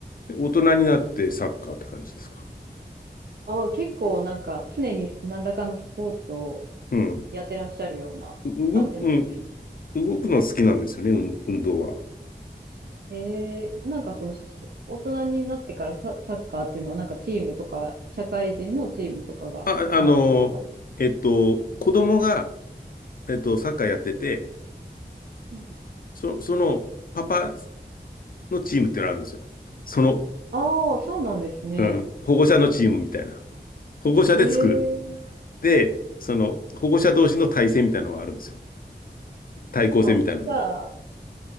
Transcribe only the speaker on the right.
ああ、結構なんか、常に何らかのスポーツを
やってらっしゃるような感じなんですね。
えー、なんかその、し大人になってからサ、サッカーっていうのはなんかチームとか、社会人のチームとかがあるんですか
うん
ああ、そうなんですね。
へえ。
あ、じゃあ、